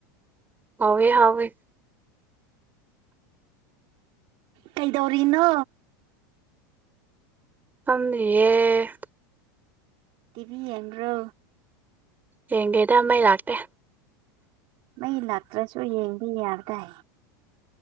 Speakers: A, on the right; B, on the right.
A: ꯍꯧꯋꯦ ꯍꯧꯋꯦ
B: ꯀꯩꯗꯧꯔꯤꯅꯣ
A: ꯑ ꯌꯦꯦ
B: ꯇꯤꯚꯤ ꯌꯦꯡ꯭ꯔꯣ
A: ꯌꯦꯡꯒꯦꯗ ꯃꯩ ꯂꯥꯛꯇꯦ
B: ꯃꯩ ꯂꯥꯛꯇ꯭ꯔꯁꯨ ꯌꯦꯡꯕ ꯌꯥꯕꯗꯥꯏ